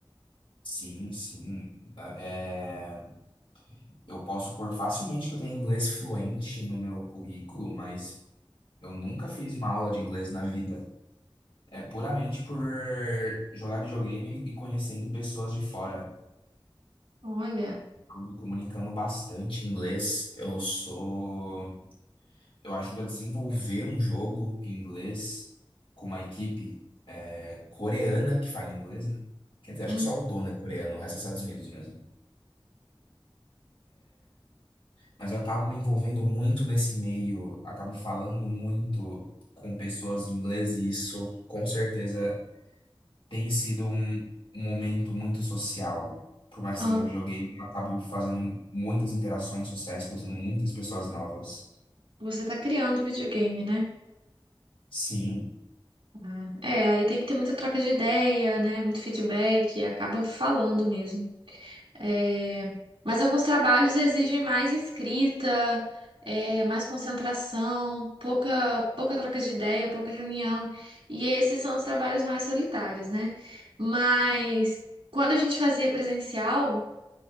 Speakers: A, on the left; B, on the right.
A: Sim, sim. É, eu posso pôr facilmente que eu tenho inglês fluente no meu currículo, mas eu nunca fiz uma aula de inglês na vida. É puramente por jogar videogame e conhecendo pessoas de fora.
B: Olha,
A: Eu Me comunicando bastante em inglês. Eu sou. Eu ajudo a desenvolver um jogo em inglês com uma equipe é, coreana que fala inglês, né? Quer dizer,
B: hum,
A: acho que só o dono é coreano, o resto é Estados Unidos mesmo. mas eu acabo me envolvendo muito nesse meio, acabo falando muito com pessoas em inglês e isso com certeza tem sido um, um momento muito social. Por mais
B: ó,
A: que seja videogame, eu acabo fazendo muitas interações sociais, conhecendo muitas pessoas novas.
B: você tá criando videogame, né?
A: Sim.
B: Ah, É, aí tem que ter muita troca de ideia, né? Muito feedback, acaba falando mesmo. É, mas alguns trabalhos exigem mais escrita, é, mais concentração, pouca, pouca troca de ideia, pouca reunião. E esses são os trabalhos mais solitários, né? Mas quando a gente fazia presencial,